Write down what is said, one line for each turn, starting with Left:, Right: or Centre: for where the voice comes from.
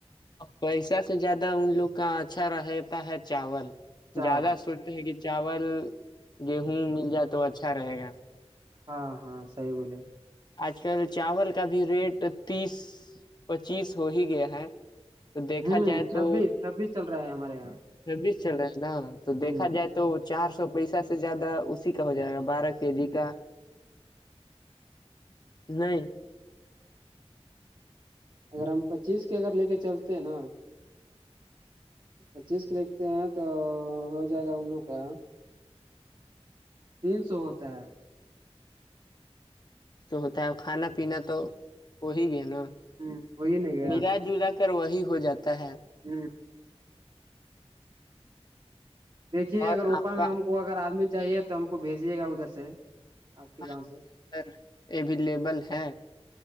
Left: پیسہ سے زیادہ ان لوگ کا اچھا رہتا ہے چاول
Right: چاول
Left: زیادہ سوتے ہیں کہ چاول گیہوں مل جائے تو اچھا رہے گا
Right: ہاں ہاں صحیح بولے
Left: آج کل چاول کا بھی ریٹ تیس پچیس ہو ہی گیا ہے تو دیکھا
Right: ہوں
Left: جائے
Right: چھبیس
Left: تو
Right: چھبیس چل رہا ہے ہمارے یہاں
Left: چھبیس چل رہا ہے نا تو دیکا
Right: ہوں
Left: جائے تو چار سو پیسہ سے زیادہ اسی کا ہو جائے گا بارہ کے جی کا نہیں
Right: اگر ہم پچیس کے اگر لے کے چلتے ہیں نا پچیس کو لیکھتے ہیں تو ہو جائے گا ان لووں کا تین سو ہوتا ہے
Left: ہوتا ہے کھانا پینا تو ہو ہی گیا نا
Right: ہ وہی نہیں گیا
Left: ملا جلا ر وہی ہو جاتا ہے <unintelligible>
Right: جی <unintelligible> دیکھیے
Left: اور
Right: اگر روپا
Left: آپ
Right: میں
Left: کا
Right: ہم کو اگر آدمی چاہیے تو ہم کو بھیجیے گا ادھر سے آپ کے
Left: ہاں
Right: گاؤں سے
Left: سر اویلیبل ہے